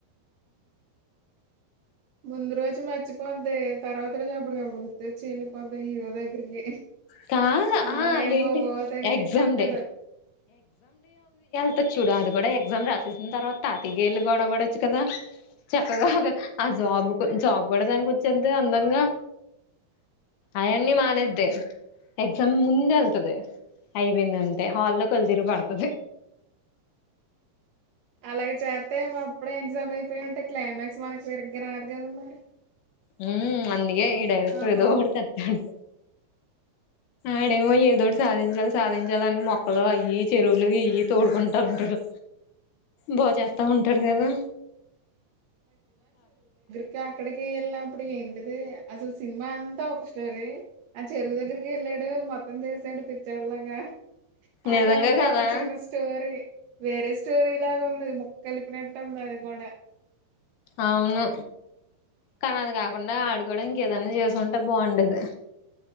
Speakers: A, on the right; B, on the left.
A: ముందురోజు మంచి కొద్ది తర్వాత రోజు అప్పటికప్పుడు గుర్తచ్చీఎల్లిపొద్ది హీరో దగ్గరికి
B: కా
A: వాడేమో
B: ఆ ఏంటి
A: ఓహ్ తెగ
B: ఎగ్జామ్
A: తిట్టేస్తాడు
B: డే అ చూడు అది కూడా ఎగ్జామ్ రాసేసిన తర్వాత తాపీగా వెళ్ళి గొడపడచ్చు కదా చక్కగా ఒక ఆ జాబ్ జాబ్ కూడా దానికి వచ్చేది అందంగా అయన్నీ మానేద్ది ఎక్సామ్ ముందు ఎల్తది ఐపోయిందంటే హాల్ లో కల్లుతిరిగి పడ్తది
A: అలాగే చేస్తే అప్పుడే ఎగ్జామ్ అయిపోయి ఉంటే క్లైమాక్స్ మనకి సరిగ్గా రదు కదా మరి
B: హ అందుకే ఈ డైరెక్టర్
A: పాపం
B: ఎదో <unintelligible> డుతత ఉంట అడేమో ఏదోటి సాధించాల సాధించాలని మొక్కలు అయి చెరువులు ఇయ్యి తోడుకుంటా ఉంటారు బాగుచేస్తా హుంటాడు
A: అవును
B: కదా
A: ఇంకా అక్కడికి వెళ్ళినప్పుడు ఏంటిది అసలు సినిమా అంతా ఒక స్టోరీ ఆ చెరువు దగ్గరికి వెళ్ళాడు మొత్తం చేసాడు పిచ్చోడిలాగా అదంతా
B: నిజంగా కదా
A: ఒక చిన్న స్టోరీ వేరే స్టోరీ లాగా ఉంది. ముక్క కలిపినట్టు ఉంది అది కూడా
B: అవును కానీ అది కాకుండా ఆడుకోవడానికి ఏదన్నా చేసుంటే బాగుండేది.